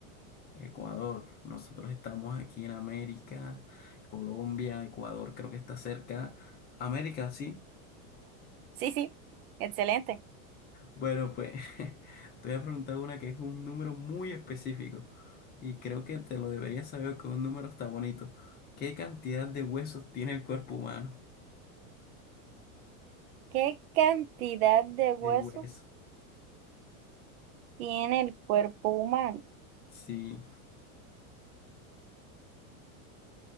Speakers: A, on the left; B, on the right.
A: Ecuador. Nosotros estamos aquí en América. Colombia, Ecuador, creo que está cerca. América, sí.
B: Sí, sí, excelente.
A: Bueno, pues <laughs> te voy a preguntar una que es un número muy específico y creo que te lo deberías saber que un número está bonito. ¿Qué cantidad de huesos tiene el cuerpo humano?
B: ¿Qué cantidad de huesos
A: De huesos.
B: tiene el cuerpo humano?
A: Sí.